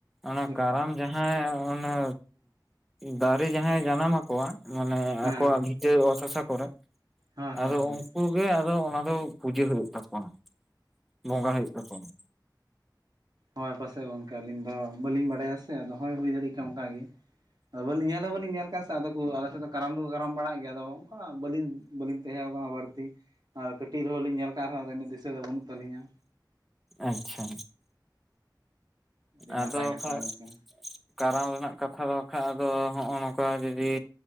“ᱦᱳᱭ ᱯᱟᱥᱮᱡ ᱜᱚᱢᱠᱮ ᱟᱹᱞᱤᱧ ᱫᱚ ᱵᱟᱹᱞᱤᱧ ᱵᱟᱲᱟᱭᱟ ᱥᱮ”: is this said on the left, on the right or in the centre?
Right